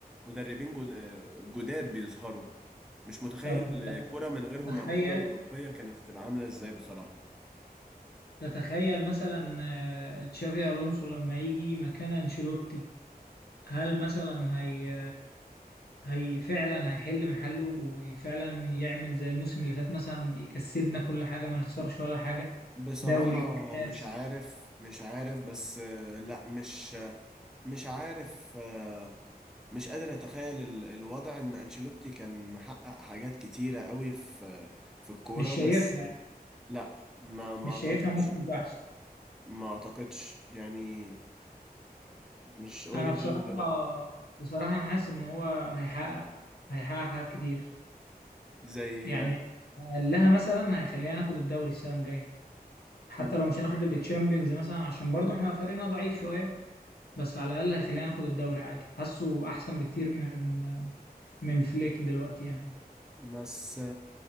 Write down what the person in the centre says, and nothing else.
مدربين جد- آه، جداد بيظهروا مش متخيل
الكرة من غيرهم
او الكرة الأوروبية كانت هتبقى عاملة ازاي بصراحة
بصراحة
مش عارف مش عارف بس آه، لا مش مش عارف آه، مش قادر اتخيل ال- الوضع ان انشيلوتي كان محقق حاجات كتيرة قوي في في الكورة
بس لا ما ما
اعتقدش
ما اعتقدش يعني مش وجهة
نظري لا
زي
مم.
بس